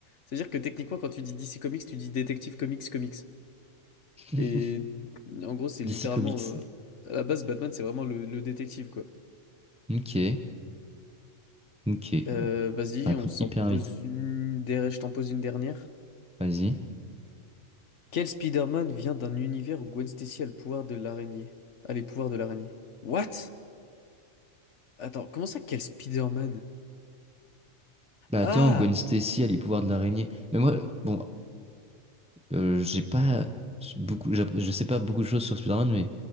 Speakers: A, on the left (about 60°); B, in the centre.
A: C'est-à-dire que techniquement, quand tu dis DC Comics, tu dis Détective Comics Comics.
B: <laughs>
A: Et en gros, c'est littéralement.
B: DC Comics.
A: euh, À la base, Batman, c'est vraiment le, le détective, quoi.
B: Ok, ok.
A: Euh, vas-y,
B: On va
A: on
B: répondre
A: s'en
B: hyper
A: pose
B: vite.
A: une der- je t'en pose une dernière.
B: Vas-y.
A: Quel Spider-Man vient d'un univers où Gwen Stacy a le pouvoir de l'araignée? A les pouvoirs de l'araignée. What? Attends, comment ça, quel Spider-Man?
B: Bah
A: Ah!
B: attends, Gwen Stacy a les pouvoirs de l'araignée. Mais moi, bon, euh, j'ai pas beaucoup, j'app- je sais pas beaucoup de choses sur Spider-Man, mais